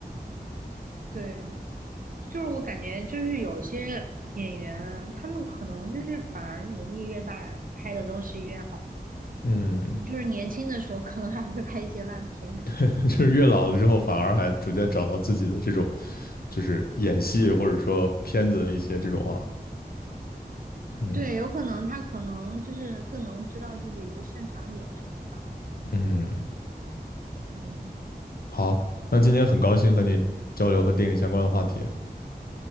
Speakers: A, on the right (about 55°); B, on the left (about 65°).
A: 对，就是我感觉就是有些演员，他们可能就是反而年纪越大，拍的东西越好。
B: 嗯，
A: 就是年轻的时候可能还会拍一些烂片，
B: <laughs> 就是越老了之后，反而还逐渐找到自己的这种就是演戏或者说片子的一些这种啊，嗯
A: 对，有可能他可能就是更能知道自己擅长演什么吧。
B: 嗯，
A: 嗯
B: 好，那今天很高兴和你交流和电影相关的话题。